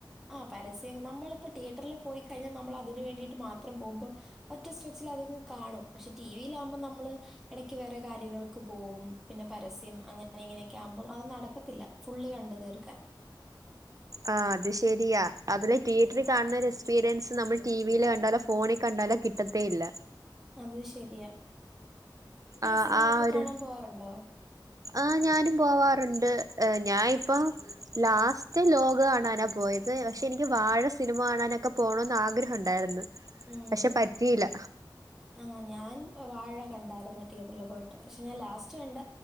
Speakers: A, in the centre; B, on the right.
A: ആ പരസ്യം നമ്മളിപ്പോൾ തിയേറ്ററിൽ പോയിക്കഴിഞ്ഞാ നമ്മൾ അതിന് വേണ്ടീട്ട് മാത്രം പോകുമ്പോൾ ഒറ്റ സ്ട്രെച്ചിൽ അത്‌ അങ്ങ് കാണും പക്ഷെ ടി വിയില ആകുമ്പോൾ നമ്മള് ഇടക്ക് വേറെ കാര്യങ്ങൾക്ക് പോകും പിന്നെ പരസ്യം അങ്ങനെ ങ്ങനെയൊക്കെ ആകുമ്പോൾ അത് നടക്കത്തില്ല ഫുള്ള് കണ്ട് തീർക്കാൻ
B: ആഹ് അത് ശരിയാ അതിലെ തിയേറ്ററിൽ കാണുന്ന ഒരു എക്സ്പീരിയൻസ് നമ്മൾ ടിവിയിൽ കണ്ടല്ലോ ഫോണിൽ കണ്ട ല കിട്ടത്തേ ഇല്ല
A: അത് ശരിയാ നീ
B: ആ ആ
A: സിനിമയൊക്കെ
B: ആ ഒരു
A: കാണാൻ പോകാറുണ്ടോ?
B: ആ ഞാനും പോവാറുണ്ട് ഞാനിപ്പോ ലാസ്റ്റ് ലോക കാണാനാ പോയത് പക്ഷെ എനിക്ക് വാഴ സിനിമ മാടാനൊക്കെ പോകണന്ന് ആഗ്രഹ ഉണ്ടായിരുന്നു
A: ഉം
B: പക്ഷെ പറ്റിയില്ല
A: ആ ഞാൻ വാഴ കണ്ടായിരുന്നു തിയേറ്ററില് പോയിട്ട് പക്ഷെ ഞാൻ ലാസ്റ്റ് കണ്ട